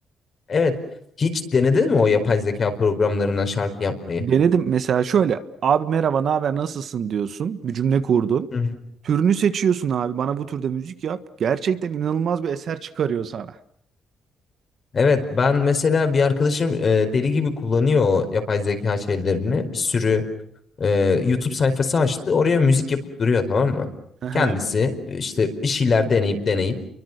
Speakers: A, on the left; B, on the right.
A: Evet. Hiç denedin mi o yapay zeka programlarından şarkı yapmayı?
B: Denedim mesela şöyle abi merhaba ne haber nasılsın diyorsun bir cümle kurdun.
A: Hı hı.
B: Türünü seçiyorsun abi bana bu türde müzik yap. Gerçekten inanılmaz bir eser çıkarıyor sana.
A: Evet, ben mesela bir arkadaşım e, deli gibi kullanıyor o yapay zeka şeylerini. Bir sürü e, YouTube sayfası açtı. Oraya müzik yapıp duruyor tamam mı?
B: Hı hı.
A: Kendisi e, işte bir şeyler deneyip deneyip